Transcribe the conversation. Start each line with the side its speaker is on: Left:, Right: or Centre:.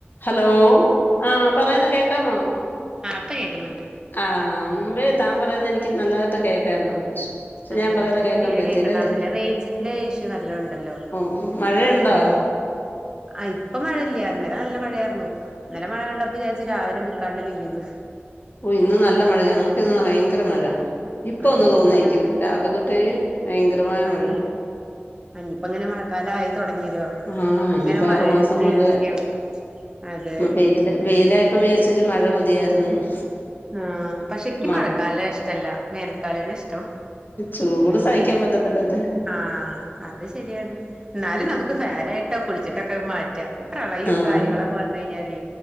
Left: Hello ആ പറയുന്ന കേക്കാമോ
Right: പ്പെ കേക്കുന്നുണ്ട്
Left: ആ മുമ്പേ താൻ പറയുന്ന എനിക്ക് നല്ലതായിട്ട് കേക്കായിരുന്നു പക്ഷെ പക്ഷെ
Right: അതെ
Left: ഞാൻ പറയുന്ന
Right: എനിക്ക്
Left: കേക്കാൻ
Right: തീരെ
Left: പറ്റിയില്ലല്ലേ
Right: കേക്കണ്ടായിരുന്നില്ലേ റേഞ്ചിന്റെ
Left: ഉം.
Right: ഇഷ്യൂ നല്ല ഉണ്ടല്ലോ
Left: ഓ മഴയുണ്ടോ
Right: ആ ആ ഇപ്പ മഴയില്ല അന്നലെ നല്ല മഴയായിരുന്നുു ഇന്നലെ മഴ കണ്ടപ്പോ വിചാരിച്ചു രാവിലെ നക്കാണ്ട് പെയ്യൊന്ന്
Left: ഓ ഇന്ന് നല്ല മഴ ഞങ്ങക്ക് ഇന്ന് ഭയങ്കര മഴ ഇപ്പൊ
Right: അതെ
Left: ഒന്ന് തോന്നിരിക്കുന്നു
Right: ഇവിടെ നല്ല
Left: രാവിലെ തൊട്ടേ ഭയങ്കരമായ
Right: അതെ
Left: മഴ
Right: ഇനിയിപ്പ ഇങ്ങനെ മഴക്കാലം ആയി തുടങ്ങിയല്ലോ
Left: ആ
Right: ഇങ്ങനെ
Left: ഇനിയിപ്പോ
Right: മഴന്നെ
Left: ആറു മാസം മഴ
Right: ആയിരിക്കും അതെ
Left: വെയില വെയിലായപ്പ <unintelligible> ശരി മഴ മതിയായിരുന്നുന്ന്
Right: ആ പശുിക്കി
Left: മഴ
Right: മഴക്കാല ഇഷ്ട എല്ലാ മേൽക്കാലനെ ഇഷ്ടം
Left: ചൂട് സഹിക്കാൻ
Right: ഈ
Left: പറ്റത്തില്ലല്ലേ
Right: ആ അത് ശരിയാണ് എന്നാലും
Left: ഉം
Right: നമുക്ക് ഫാനായിട്ടാ കുളിച്ചിട്ടൊക്കെ മാറ്റാ പ്രളയം
Left: ആഹ്
Right: കാര്യങ്ങളൊക്കെ വന്ന കഴിഞ്ഞാല്